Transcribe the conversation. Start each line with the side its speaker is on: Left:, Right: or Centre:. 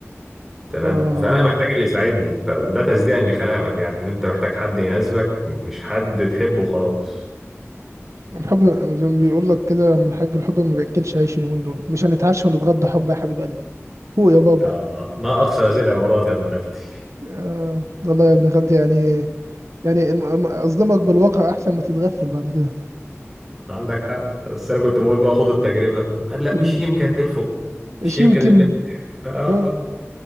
Centre: تمام
Right: اه
Centre: فانا محتاج اللي يساعدني فده تصديقا لكلامك يعني ان انت محتاج حد يناسبك مش حد تحبه وخلاص
Right: الحب زي ما بيقول لك كده يا عم الحاج الحب ما بياكلش عيش اليومين دول مش هنتعشى ونتغدى حب يا حبيب قلبي فوق يا بابا
Centre: آه ما اقصى هذه العبارات يا ابن خالتي
Right: آه والله يا ابن خالتي يعني يعني الم- الم- اصدمك بالواقع احسن ما تتغفل بعد كده
Centre: عندك حق بس انا كنت بقول بقى خد التجربة وقال لا
Right: خد
Centre: مش يمكن تلفق مش
Right: مش
Centre: يمكن
Right: يمكن
Centre: البنت آه
Right: اه